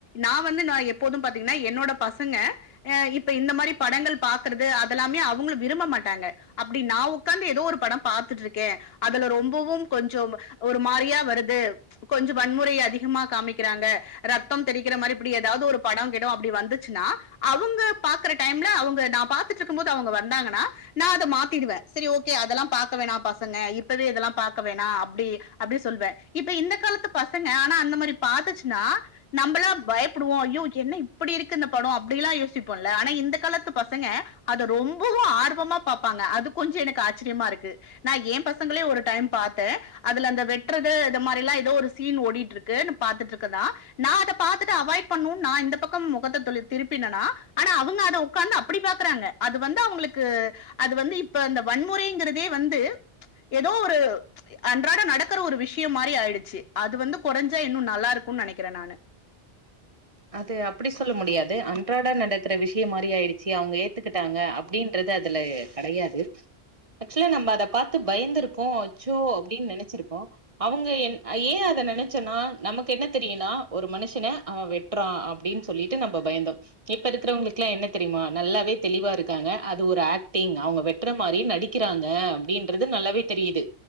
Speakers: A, on the left; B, on the right.
A: ந வந்து எப்போதும் பாத்திங்கன்னா என்னோட பசங்க இப்ப இந்த மாரி படங்கள் பாக்கறது அதெல்லாமே அவங்க விரும்ப மாட்டாங்க அப்படி நான் உட்காந்து எதோ ஒரு படம் பாத்துட்டு இருக்கேன் அதுல ரொம்பவும் கொஞ்சம் ஒரு மாரியா வருது கொஞ்சம் வன்முறை அதிகமா காமிக்கிறாங்க ரத்தம் தெறிக்கிற மாரி இப்படி ஏதாவது ஒரு படம் கிடம்னு அப்படி வந்துச்சினா அவுங்க பாக்குற டைம்ல அவுங்க நான் பாத்துட்டு இருக்கும் போது வந்தாங்கனா நான் அத மாத்திட்டுவேன் சரி ஓகே அதலாம் பாக்க வேண்டாம் பசங்க இப்பவே இதலாம் பாக்க வேண்டாம் அப்டி அப்டின்னு சொல்லுவேன் இப்ப இந்த காலத்து பச பசங்க ஆனா அந்த மாரி பாத்துச்சிங்கன்னா நம்மளா பயப்படுவோம் ஐயோ என்ன இப்படி இருக்கு இந்த படம் அப்படிலாம் யோசிப்போம்ல ஆனா இந்த காலத்து பசங்க அத ரொம்பவும் ஆர்வமா பாப்பாங்க அது கொஞ்சம் எனக்கு ஆச்சரியமா இருக்கு நான் ஏ பசங்கள ஒரு டைம் பார்த்தேன் அதுல அந்த வெட்டுறது இந்த மாதிரல்லாம் ஏதோ ஒரு சீன் ஓடிட்டு இருக்கு பாத்துட்டு இருக்கதான் நான் அதை பாத்துட்டு அவாய்ட் பண்ணும்னு நான் இந்த பக்கம் முகத்தை தொ திருப்பினனா ஆனா அவங்க அதை உ்கார்ந்து அப்படி பாக்குறாங்க அது வந்து அவங்களுக்கு அது வந்து இப்ப அந்த வன்முறைங்கிறதே வந்து ஏதோ ஒரு அன்றாட நடக்கிற ஒரு விஷயம் மாரி ஆயிடுச்சு அது வந்து குறைஞ்சா இன்னும் நல்லா இருக்கும்னு நினைக்கிறேன் நானு
B: அது அப்படி சொல்ல முடியாது அன்றாடா நடக்கிற விஷயம் மாரி ஆயிடுச்சு அவங்க ஏத்துக்கிட்டாங்க அப்படின்றது அதுல கிடையாது ஆக்சுவலா நம்ம அத பார்த்து பயந்திருக்கோம் சோ அப்படின்னு நினைச்சிருக்கோம் அவங்க என் ஏன் அதை நினைச்சோன்னா நமக்கு என்ன தெரியும்னா ஒரு மனுஷன வெட் வெட்றான் அப்படின்னு சொல்லிட்டு நம்ம பயந்தோம் இப்ப இருக்கிறவங்களுக்குெல்லாம் என்ன தெரியுமா நல்லாவே தெளிவா இருக்காங்க அது ஒரு ஆக்டிங் அவங்க வெட்டுற மாதிரி நடிக்கிறாங்க அப்படின்றது நல்லாவே தெரியுது